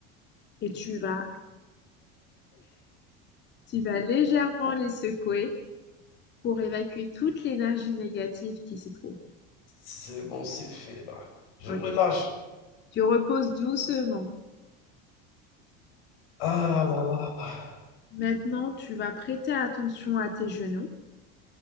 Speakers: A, on the left; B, on the left.
A: et tu vas, tu vas légèrement les secouer pour évacuer toute l'énergie négative qui s'y trouve.
B: C'est bon, c'est fait là. Je
A: Ok.
B: relâche.
A: Tu reposes doucement.
B: Ah là là.
A: Maintenant, tu vas prêter attention à tes genoux,